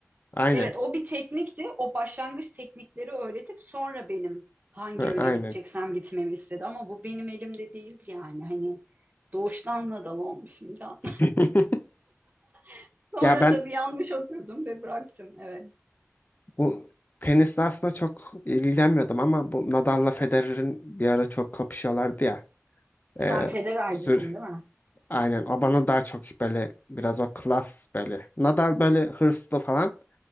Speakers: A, on the left; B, on the right.
A: Aynen.
B: Evet o bir teknikti. O başlangıç teknikleri öğretip sonra benim hangi
A: Hı,
B: yöne
A: aynen.
B: gideceksem gitmemi istedi. Ama bu benim elimde değildi yani. Hani doğuştan nadal olmuşum can.
A: <laughs>
B: <laughs> Sonra
A: Ya ben
B: tabii yanlış oturdum ve bıraktım. Evet.
A: bu tenisle aslında çok ilgilenmiyordum ama bu Nadal'la Federer'in bir ara çok kapışıyorlardı ya. Ee,
B: Sen Federer'cisin
A: sür
B: değil mi?
A: aynen o bana daha çok böyle biraz o klas böyle. Nadal böyle hırslı falan.